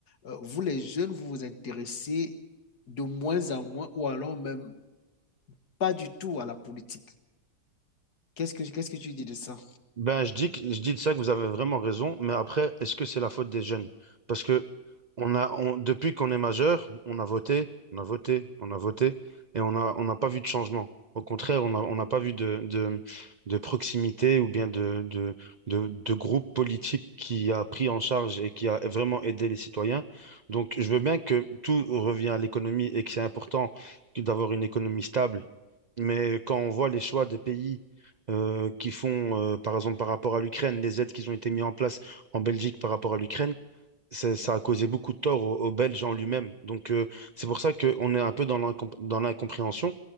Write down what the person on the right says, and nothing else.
Ben, je dis, que- je dis de ça que vous avez vraiment raison, mais après, est-ce que c'est la faute des jeunes? Parce que on a, on- depuis qu'on est majeur, on a voté, on a voté, on a voté, et on a, on n'a pas vu de changement. Au contraire, on a- on n'a pas vu de, de, de proximité ou bien de, de, de, de groupe politique qui a pris en charge et qui a vraiment aidé les citoyens. Donc, je veux bien que tout revient à l'économie et que c'est important que d'avoir une économie stable mais quand on voit les choix des pays euh, qui font, euh, par exemple, par rapport à l'Ukraine, les aides qui ont été mises en place en Belgique par rapport à l'Ukraine, ça, ça a causé beaucoup de tort aux, aux Belges en lui-même. Donc, euh, c'est pour ça qu'on est un peu dans l'incom- dans l'incompréhension.